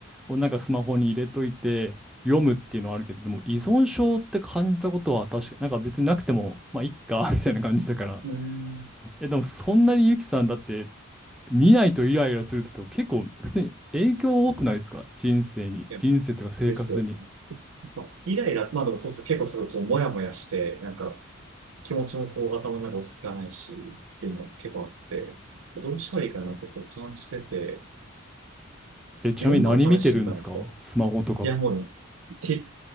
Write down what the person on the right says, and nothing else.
うん。
いや、
ですよ。まあイライラ、まあでもそうすると結構すごいこう、もやもやして、なんか、気持ちもこう、頭の中落ち着かないし、っていうのが結構あって、どうしたらいいかなって、そう、感じてて、
いろんなのを試してみたんですよ。いや、もう、て、